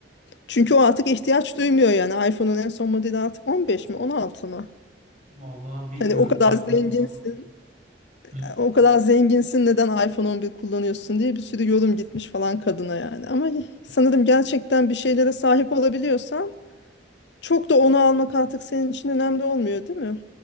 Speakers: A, on the left (about 60°); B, on the right (about 40°).
A: Çünkü o artık ihtiyaç duymuyor yani. iPhone'un en son modeli artık 15 mi 16 mı?
B: vallahi bilmiyorum
A: Hani o kadar
B: iPhone
A: zenginsin,
B: kullanmak. <laughs>
A: o kadar zenginsin neden iPhone 11 kullanıyorsun diye bir sürü yorum gitmiş falan kadına yani. Ama sanırım gerçekten bir şeylere sahip olabiliyorsan çok da onu almak artık senin için önemli olmuyor, değil mi?